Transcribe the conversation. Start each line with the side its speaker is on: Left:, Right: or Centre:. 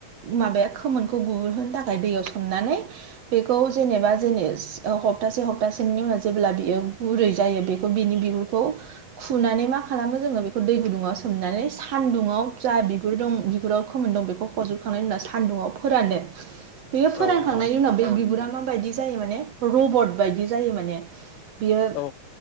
Right: माबाया खोमोनखौ गुहोनो थाखाय दैयाव सोमनानै बेखौ जेनेबा जेने हप्तासे हप्तासेनि उनाव जेब्ला बियो गुरै जायो बेखौ बिनि बिगुर खौ खुनानै मा खालामो जों बेखौ दै गुदुं आव सोमनानै सानदुं ङाव जा बिगुर दं बिगुराव खोमोन दं बेखौ हजोबखांनायनि उनाव सान्दुंआव फोरानो। बे फोरानखांनायनि
Left: औ नंगौ नोंथां
Right: उनाव बे बिबुरा माबायदि जायो माने रबत बायदि जायो माने बियो
Left: औ